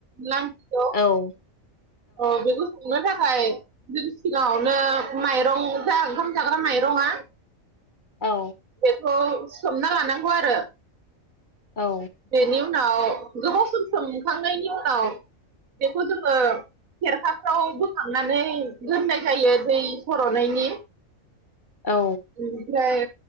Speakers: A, on the right; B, on the left.
A: लां <unintelligible>
B: औ
A: औ बेखौ संनो थाख नाथाय जों सिगाङावनो माइरं जा ओंखाम जाग्रा माइरङा।
B: औ।
A: बेखौ सोमना लानांगौ आरो।
B: औ।
A: बेनि उनाव गोबाव सम सोमखांनायनि उनाव बेखौ जोङो खेरखाफ्राव बोखांनानै दोननाय जायो दै सर'नायनि।
B: औ
A: ओमफाय।